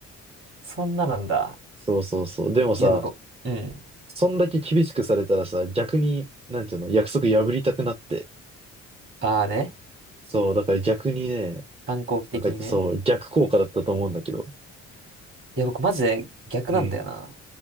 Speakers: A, on the right (about 40°); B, on the right (about 20°).
A: そんななんだ。
B: そうそうそう。でもさ、
A: いや、僕、うん。
B: そんだけ厳しくされたらさ、逆に、なんていうの、約束破りたくなって、
A: ああね。
B: そう、だから逆にね、
A: 反抗期的にね。
B: なんかそう、逆効果だったと思うんだけど。
A: いや、僕マジで逆なんだよな。
B: うん。